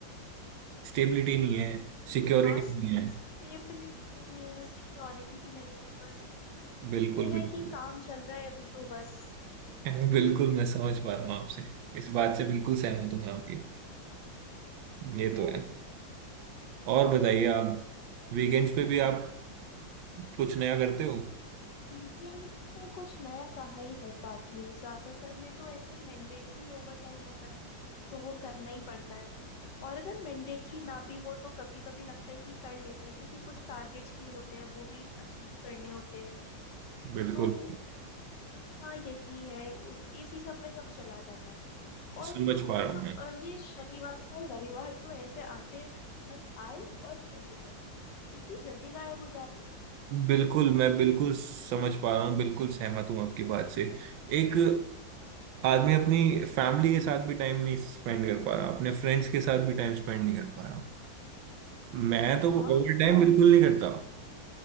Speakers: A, on the right (about 85°); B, on the left (about 65°).
A: स्टेबिलिटी नहीं है सिक्योरिटी
B: हाँ स्टेबिलिटी
A: नहीं है
B: नहीं है सिक्योरिटी भी नहीं है बस
A: बिल्कुल
B: ये
A: बिल्कुल
B: है कि काम चल रहा है अभी तो बस
A: <laughs> बिल्कुल मैं समझ पा रहा हूँ आपसे इस बात से बिल्कुल सहमत हूँ मैं आपकी ये तो है और बताइए आप
B: हाँ
A: वीकेंड्स पे भी आप कुछ नया करते हो
B: सीलिंग्स पे कुछ नया कहाँ ही कर पाती हूँ ज्यादातर में तो ऐसे मैंडेटरी ओवर टाइम होता है तो वो करना ही पड़ता है और अगर मैंडेटरी ना भी हो तो कभी कभी लगता है कि कर लेते हैं क्योंकि कुछ टारगेट्स भी होते हैं वो भी अचीव करने होते हैं
A: बिल्कुल
B: तो बस हाँ यही है उस इसी सब में सब चला जाता है और
A: समझ पा
B: शुक्र
A: रहा हूँ मैं
B: अ, ये शनिवार और रविवार तो ऐसे आते हैं बस आए और चले गए इतनी जल्दी गायब हो जाते हैं
A: बिल्कुल मैं बिल्कुल समझ पा रहा हूँ बिल्कुल सहमत हूँ आपकी बात से एक आदमी अपनी फैमिली के साथ भी टाइम नहीं स्पेंड कर पा रहा अपने फ्रेंड्स के साथ भी टाइम स्पेंड नहीं कर पा रहा मैं तो
B: हाँ
A: ओवर टाइम
B: फैमिली
A: बिल्कुल नहीं करता